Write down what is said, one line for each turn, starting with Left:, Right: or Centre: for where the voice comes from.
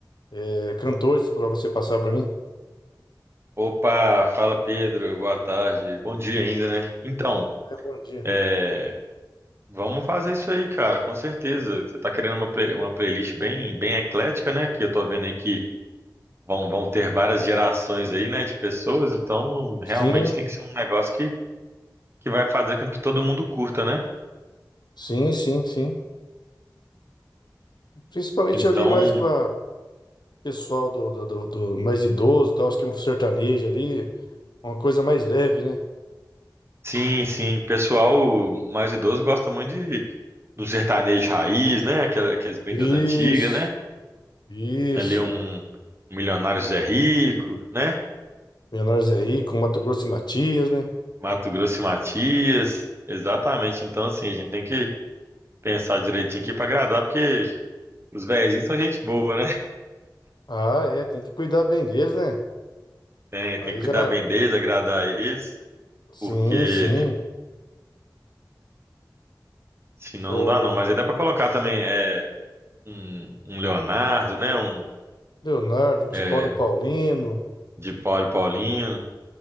Left: eh, cantores para você passar para mim.
Right: Opa, fala Pedro, boa tarde, bom dia ainda, né? Então,
Left: É, bom dia.
Right: é, vamos fazer isso aí, cara, com certeza. Você tá querendo uma, play- uma playlist bem, bem eclética, né? Que eu tô vendo aí que vão, vão ter várias gerações aí, né, de pessoas, então realmente
Left: Sim,
Right: tem que ser um negócio que, que vai fazer com que todo mundo curta, né?
Left: sim, sim, sim. Principalmente
Right: Então,
Left: ali mais para pessoal do, do, do- do mais idoso, e tal. Acho que é um sertanejo ali, uma coisa mais leve, né?
Right: sim, sim, pessoal mais idoso gosta muito de, do sertanejo raiz, né? Aquela- Aqueles bem
Left: Isso,
Right: das antigas, né?
Left: isso.
Right: Ali um Milionários é Rico, né?
Left: Menores aí com Mato Grosso e Matias, né?
Right: Mato Grosso e Matias. Exatamente. Então, assim, a gente tem que pensar direitinho aqui pra agradar, porque os velhinhos são gente boa, né?
Left: Ah, é, tem que cuidar bem deles, né?
Right: Tem,
Left: Aí
Right: tem que cuidar
Left: já.
Right: bem deles, agradar eles,
Left: Sim,
Right: porque
Left: sim.
Right: senão
Left: O,
Right: não dá não.
Left: o
Right: Mas aí dá pra colocar também é, um, um Leonardo, né? Um
Left: Leonardo, de
Right: é,
Left: Paulo e Paulino,
Right: de Paulo e Paulinho,